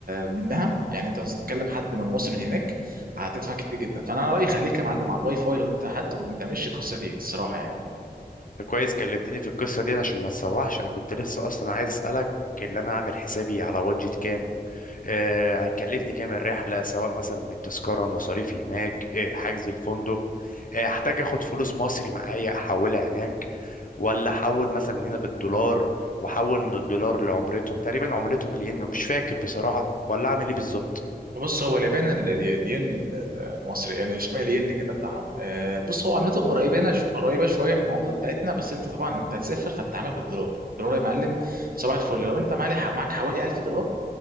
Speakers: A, on the right; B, on the left.
A: منها يعني انت هتتكلم حد من مصر من هناك هتدفع كتير جدا فانا رايي خليك يا معلم على الواي فاي لو انت حد وما تعملش القصه ديت الصراحه يعني
B: ده كويس كلمتني في القصه ديت عشان ما تسوحش انا كنت لسه اصلا عايز اسالك اللي انا اعمل حسابي على بادجت كام آه هيكلفني كام الرحله سواء مثلا من التذكره المصاريف هناك آه حجز الفندق آه احتاج اخد فلوس مصري معايا احولها هناك ولا احول مثلا هنا بالدولار واحول من الدولار لعملتهم تقريبا عملتهم الين مش فاكر بصراحه ولا اعمل ايه بالظبط
A: بص هو اليابان ال- ال- الين ال- ال- المصري يعني شبه الين كده بتاعهم آه، بص هو عملتهم قريبين قريبه شويه من العمله بتاعتنا بس انت طبعا انت هتسافر فتتعامل بالدولار الدولار يا معلم صباح الفل لو انت معلي- معاك حوالي 1000 دولار